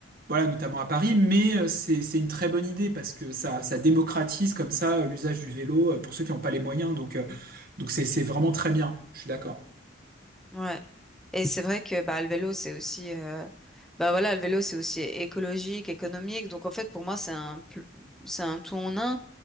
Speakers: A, on the right; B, in the centre.
A: voilà, notamment à Paris, mais euh, c'est c'est une très bonne idée parce que ça ça démocratise comme ça euh, l'usage du vélo euh, pour ceux qui n'ont pas les moyens. Donc euh, donc c'est c'est vraiment très bien. Je suis d'accord.
B: Ouais. Et c'est vrai que bah, le vélo, c'est aussi, euh, bah, voilà, le vélo, c'est aussi écologique, économique. Donc, en fait, pour moi, c'est un, pl- c'est un tout en un.